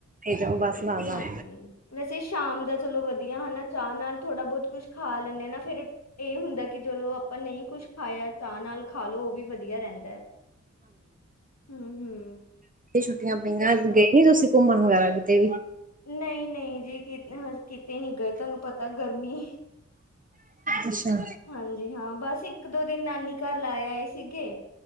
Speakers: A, on the right; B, on the left.
A: ਪਈ ਜਾਓ ਬਸ ਨਾਲ-ਨਾਲ।
B: ਹਾਂਜੀ ਵੈਸੇ ਸ਼ਾਮ ਦਾ ਚਲੋ ਵਧੀਆ ਹੈਨਾ, ਚਾਹ ਨਾਲ ਥੋੜਾ ਬੋਤ ਕੁਛ ਖਾ ਲੈਂਨੇ ਆ ਨਾ, ਫਿਰ ਏ ਹੁੰਦਾ ਕੀ ਜਲੋ ਆਪਾਂ ਨਹੀਂ ਕੁਸ਼ ਖਾਇਆ ਚਾਹ ਨਾਲ ਖਾ ਲੋ, ਓ ਵੀ ਵਧੀਆ ਰੈਂਦਾ ਐ, ਹੂੰ-ਹੂੰ
A: ਇਹ ਛੁੱਟੀਆਂ ਪਈਆਂ ਗਏ ਤੁਸੀਂ ਘੁੰਮਣ ਵਗੈਰਾ ਕਿਤੇ
B: ਨਹੀਂ -ਨਹੀਂ ਜੀ, ਕਿ ਕਿਤੇ ਨੀ ਗਏ। ਤਾਨੂੰ ਪਤਾ ਗਰਮੀ
A: ਅੱਛਾ
B: ਹਾਂਜੀ ਹਾਂ ਬਸ ਇੱਕ-ਦੋ ਦਿਨ ਨਾਨੀ ਘਰ ਲਾ ਆਏ ਸੀਗੇ।